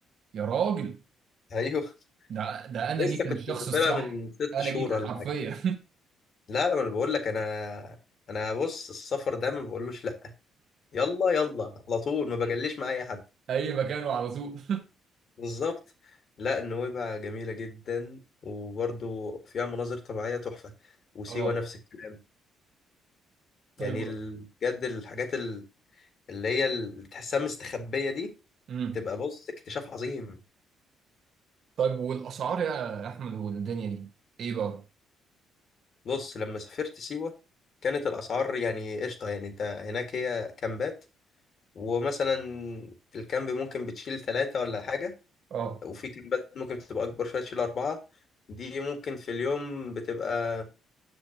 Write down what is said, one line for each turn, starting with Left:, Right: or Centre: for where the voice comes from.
Right: يا راجل
Left: <laughs> ايوه
Right: ده ده انا
Left: لسه
Right: جيت
Left: كنت
Right: للشخص
Left: مسافرها
Right: الصح
Left: من ست
Right: انا
Left: شهور
Right: جيت لحرفيا
Left: ولا حاجه لا لا ما انا بقول لك انا انا بص السفر ده ما بقولوش لا يلا يلا على طول ما بجليش مع اي حد
Right: <laughs> اي مكان وعلى طول
Left: بالظبط لا النويبع جميلة جدا وبرضو فيها مناظر طبيعية تحفة وسيوة
Right: اه
Left: نفس الكلام
Right: طيب
Left: يعني ال- بجد الحاجات ال- اللي هي اللي تحسها مستخبية دي
Right: امم
Left: بتبقى بص اكتشاف عظيم
Right: طيب والاسعار يا احمد والدنيا دي ايه بقى
Left: بص لما سافرت سيوة كانت الأسعار يعني قشطة يعني انت هناك هي كامبات ومثلا الكامب ممكن بتشيل ثلاثة ولا حاجة
Right: اه
Left: وفي كليبات ممكن بتبقى أكبر شوية تشيل أربعة دي ممكن في اليوم بتبقى